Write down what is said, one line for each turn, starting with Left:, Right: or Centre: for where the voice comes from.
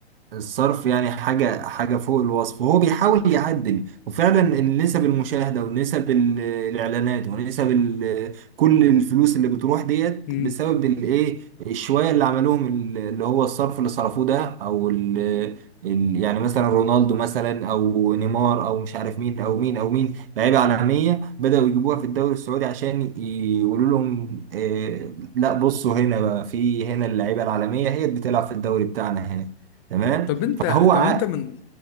Right: الصرف يعني حاجة حاجة فوق الوصف وهو بيحاول يعدل وفعلا النسب المشاهدة ونسب ال- الإعلانات ونسب ال- كل الفلوس اللي بتروح ديت
Left: مم.
Right: بسبب الإيه الشوية اللي عملوهم ال- اللي هو الصرف اللي صرفوه ده أو ال ال- يعني مثلا رونالدو مثلا أو نيمار أو مش عارف مين أو مين أو مين لعيبة عالمية بدأوا يجيبوها في الدوري السعودي عشان يقولوا لهم آه، لا بصوا هنا بقى في هنا اللعيبة العالمية هي اللي بتلعب في الدوري بتاعنا هنا تمام
Left: طب انت
Right: فهو ع...
Left: طب انت من